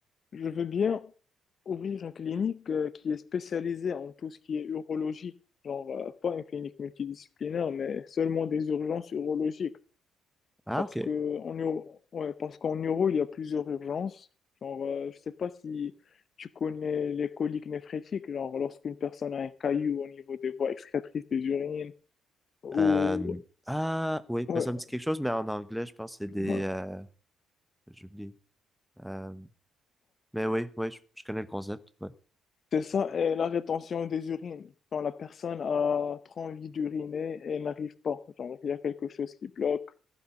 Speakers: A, on the left (about 45°); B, in the centre.
A: je veux bien ouvrir une clinique euh, qui est spécialisée en tout ce qui est urologie, genre euh, pas une clinique multidisciplinaire, mais seulement des urgences urologiques.
B: Ah,
A: Parce
B: ok.
A: que en euro, ouais, parce qu'en euro, il y a plusieurs urgences. Genre, euh, je sais pas si tu connais les coliques néphrétiques, genre lorsqu'une personne a un caillou au niveau des voies excrétrices des urines, ou
B: Euh, ah, oui,
A: ouais,
B: mais ça me dit quelque chose, mais en anglais, je pense que c'est des...
A: ouais.
B: euh, j'ai oublié. Euh, mais oui, oui, je, je connais le concept.
A: C'est ça, et la rétention des urines. Quand la personne a trop envie d'uriner et n'arrive pas, genre il y a quelque chose qui bloque.